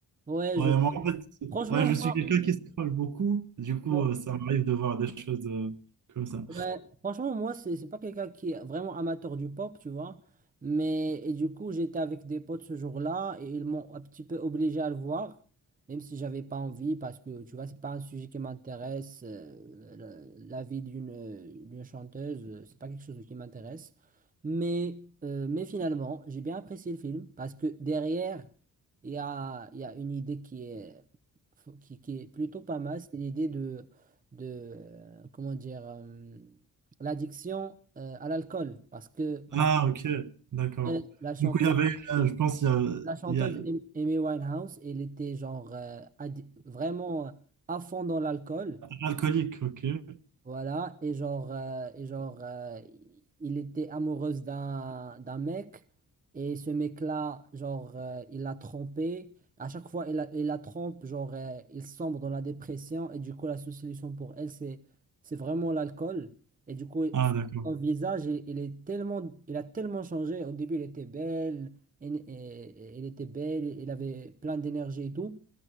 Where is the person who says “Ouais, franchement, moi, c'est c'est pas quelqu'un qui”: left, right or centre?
Right